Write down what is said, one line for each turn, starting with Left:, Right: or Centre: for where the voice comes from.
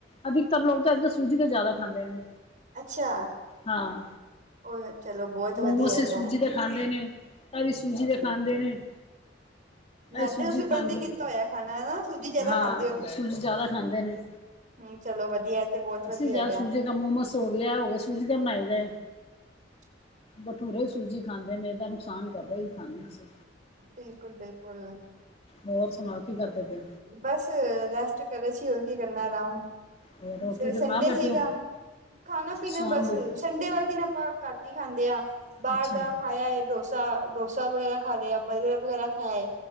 Left: ਅਧਿਕਤਰ ਲੋਕ ਤਾਂ ਇਸ ਸੂਜੀ ਤੇ ਜ਼ਿਆਦਾ ਖਾਂਦੇ ਨੇ।
Right: ਅੱਛਾ
Left: ਹਾਂ
Right: ਉਹ ਚਲੋ ਬਹੁਤ
Left: ਮੋਮੋਸ
Right: ਵਧੀਆ ਹੈਗਾ।
Left: ਸੂਜੀ ਦੇ ਖਾਂਦੇ ਨੇ ਕਦੀ ਸੂਜੀ ਦੇ ਖਾਂਦੇ ਨੇ।
Right: ਮੈਦੇ
Left: ਅ ਸੂਜੀ
Right: ਤੁਸੀਂ
Left: ਖਾਂਦੇ,
Right: ਬੰਦ ਹੀ ਕੀਤਾ ਹੋਇਆ ਖਾਣਾ ਹਨਾ ਸੂਜੀ ਜ਼ਿਆਦਾ
Left: ਹਾਂ,
Right: ਖਾਂਦੇ ਹੋ।
Left: ਸੂਜੀ ਜਿਆਦਾ ਖਾਂਦੇ ਨੇਂ।
Right: ਹੂੰ ਚਲੋ ਵਧੀਆ ਏ ਤੇ ਬਹੁਤ ਵਧੀਆ
Left: ਅਸੀਂ ਯਾਰ
Right: ਹੈਗਾ
Left: ਸੂਜੀ ਦਾ ਮੋਮਸ ਹੋ ਗਿਆ ਏ ਹੋ ਗਿਆ ਸੂਜੀ ਦਾ ਬਣਾਈ ਦੇ।
Right: <inaudible>
Left: ਬੱਠੂਰੇ ਸੂਜੀ ਖਾਂਦੇ ਨੇਂ, ਮੈਦਾ ਨੁਕਸਾਨ ਕਰਦੇ ਇਹੀ ਖਾਂਦੇ ਹਾਂ ਅਸੀਂ।
Right: ਬਿਲਕੁਲ, ਬਿਲਕੁਲ।
Left: ਹੋਰ ਸੁਣਾਓ ਕੀ ਕਰਦੇ ਪਏ।
Right: ਬਸ ਰੈਸਟ ਕਰੇ ਸੀ ਹੋਰ ਕੀ ਕਰਨਾ ਆਰਾਮ,
Left: ਹੋਰ ਰੋਟੀ
Right: ਫਿਰ
Left: ਰੂਟੀ
Right: ਸੰਡੇ
Left: ਬਣਾ ਬੈਠੇ
Right: ਸੀਗਾ।
Left: ਹੋ
Right: ਖਾਣਾ ਪੀਣਾ
Left: ਸ਼ਾਮ
Right: ਬਸ
Left: ਦੀ
Right: ਸੰਡੇ ਵਾਲੇ ਦਿਨ ਆਪਾਂ ਘੱਟ ਹੀ ਖਾਂਦੇ ਆਂ ਬਾਹਰ
Left: ਅੱਛਾ
Right: ਦਾ ਖਾ ਆਏ ਡੋਸ ਡੋਸਾ, ਡੋਸਾ ਵਗੈਰਾ ਖਾ ਲਿਆ, ਬਰਗਰ ਵਗੈਰਾ ਖਾ ਆਏ,